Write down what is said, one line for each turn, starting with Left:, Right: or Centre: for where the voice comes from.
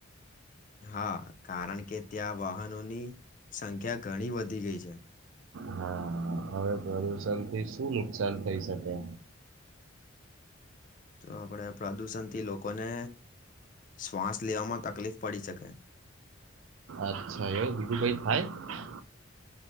Left: હા કારણ કે, ત્યાં વાહનોની સંખ્યા ઘણી વધી ગઈ છે.
Right: હા, હવે પ્રદુષણ થી શું નુકસાન થઈ શકે?
Left: તો આપણે પ્રદુષણથી લોકોને શ્વાસ લેવામાં તકલીફ પડી શકે.
Right: અચ્છા! એવુ બીજું કાંઈ થાય?